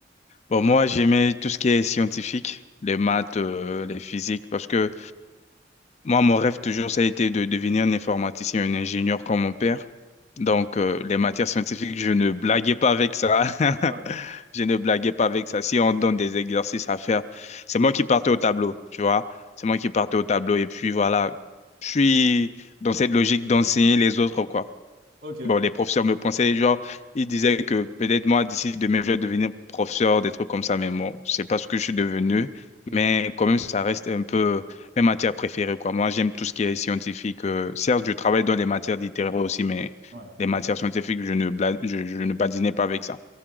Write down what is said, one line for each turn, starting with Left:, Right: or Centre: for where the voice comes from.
Left: Bon, moi, j'aimais tout ce qui est scientifique, les maths, euh, les physiques, parce que moi, mon rêve toujours, ça a été de devenir un informaticien, un ingénieur comme mon père. Donc, euh, les matières scientifiques, je ne blaguais pas avec ça. <laughs>
Right: Ouais.
Left: Je ne blaguais pas avec ça. Si on donne des exercices à faire, c'est moi qui partais au tableau, tu vois. C'est moi qui partais au tableau. Et puis voilà, je suis dans cette logique d'enseigner les autres, quoi.
Right: Ok.
Left: Bon, les professeurs me pensaient, genre, ils disaient que peut-être moi, d'ici demain, je vais devenir professeur, des trucs comme ça, mais bon, c'est pas ce que je suis devenu.
Right: Mm.
Left: Mais quand même, ça reste un peu mes matières préférées, quoi. Moi, j'aime tout ce qui est scientifique. Euh, certes, je travaille dans les matières littéraires aussi, mais
Right: Ouais.
Left: les matières scientifiques, je ne, bla- je, je ne badinais pas avec ça.